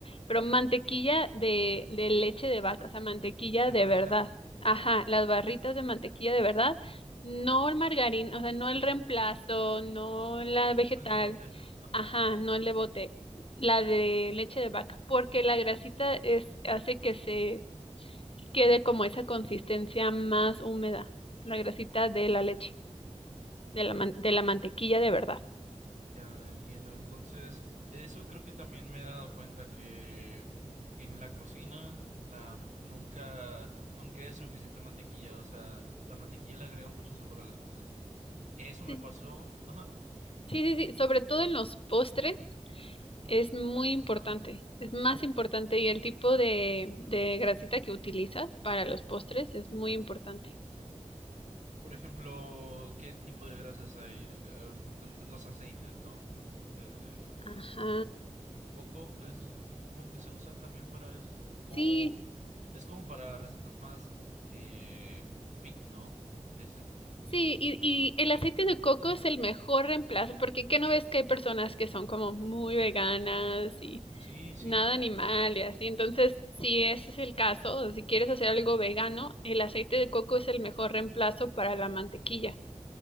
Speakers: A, on the left (about 50°); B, on the right (about 85°).
A: pero mantequilla de, de leche de vaca, o sea, mantequilla
B: De
A: de
B: barrita,
A: verdad. Ajá, las barritas de mantequilla de verdad, no el margarina, o sea, no el reemplazo, no la vegetal.
B: no el de bote. Ajá.
A: Ajá, no el de bote, la de leche de vaca, porque la grasita es, hace que se quede como esa consistencia más húmeda, la grasita de la leche, de la, man- de la mantequilla de verdad.
B: Ya entiendo. Entonces, eso creo que también me he dado cuenta que en la cocina la nunca nunca es suficiente mantequilla, o sea, la mantequilla le agrega mucho sabor a las cosas. Eso me
A: Sí,
B: pasó, ajá,
A: sí, sí, sí, sobre todo en los postres es muy importante,
B: ajá.
A: es más importante y el tipo de, de grasita que utilizas para los postres es muy importante.
B: Por ejemplo, ¿qué tipo de grasas hay? Eh, los aceites, ¿no? Aceite de
A: Ajá,
B: coco es supongo que se usa también para eso o
A: sí,
B: es como para recetas más eh, fit, ¿no? Ese.
A: Sí, y, y el aceite de coco es el mejor reemplazo, porque ¿qué no ves que hay personas que son como muy veganas y
B: Sí, sí.
A: nada animal y así? Entonces, si ese es el caso, o si quieres hacer algo vegano, el aceite de coco es el mejor reemplazo para la mantequilla